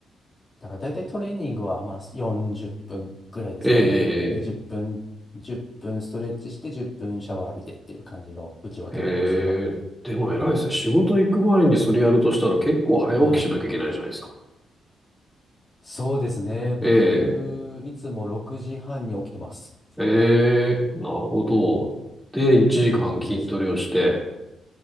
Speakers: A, on the left; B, in the centre.
A: だから大体トレーニングはまあ40分ぐらいですかね。
B: ええ、
A: で、10分、
B: ええ
A: 1分ストレッチして10分シャワー浴びてっていう感じの内訳なんですけど。
B: ええでも偉いですね。仕事行く前にそれやるとしたら結構早起きしなきゃいけないじゃないですか。
A: はい。そうですね。僕、
B: ええ
A: いつも6時半に起きてます。
B: ええなるほど。で、1時間筋トレをして、
A: そうなんです。